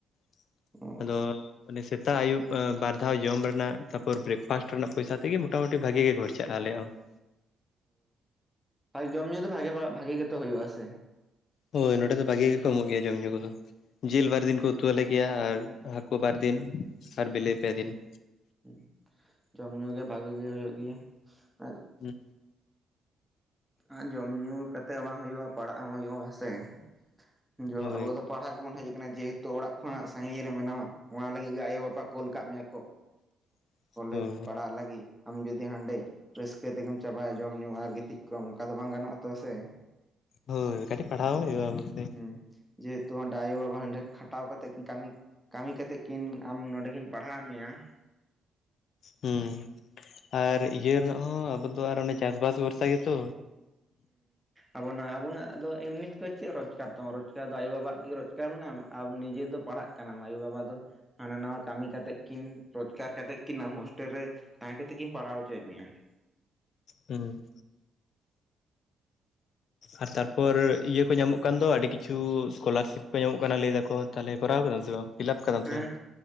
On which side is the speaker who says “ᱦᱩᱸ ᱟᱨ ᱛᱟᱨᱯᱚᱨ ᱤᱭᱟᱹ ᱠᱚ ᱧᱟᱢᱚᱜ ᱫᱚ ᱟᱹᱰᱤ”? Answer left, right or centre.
Left